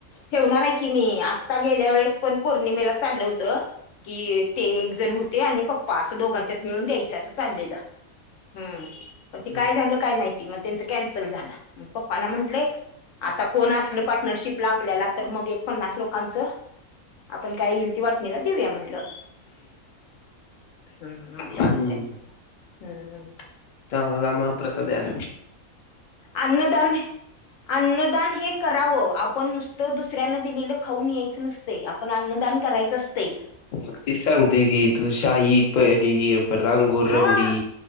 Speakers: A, on the left; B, on the left.
A: ठेवणार आहे की मी आ गेल्या वेळेस पण पौर्णिमेला चाल होतं. कि ते एक जण होते. आणि पप्पा असं दोघांच्यात मिळून द्यायचं असं चाललेलं. हम्म पण ते
B: हम्म
A: काय झालं काय माहिती? मग त्यांच कॅन्सल झालं मग पप्पाना म्हंटलंय आता कोण असलं पार्टनरशिपला आपल्याला तर मग एक पन्नास लोक कांच आपण काय येईल ते वाटणीला देऊया म्हणल. हम्म म चालत
B: हम्म.
A: म्हटल.
B: चांगला महा प्रसाद द्यायला मी.
A: अन्नदान, अन्नदान हे करावं आपण नुसतं दुसऱ्याने दिलेलं खाऊन यायचं नसते. आपण अन्नदान करायचं असते.
B: मग ती सांगते की तू शाही पडलीये परत अंगूररबडी
A: हा